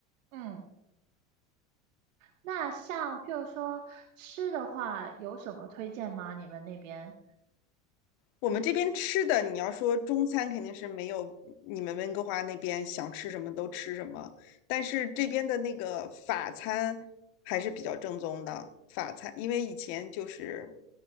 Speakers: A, on the right; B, on the left.
A: 嗯。那像譬如说吃的话，有什么推荐吗？你们那边？
B: 我们这边吃的，你要说中餐肯定是没有你们温哥华那边想吃什么都吃什么，但是这边的那个法餐还是比较正宗的法餐，因为以前就是，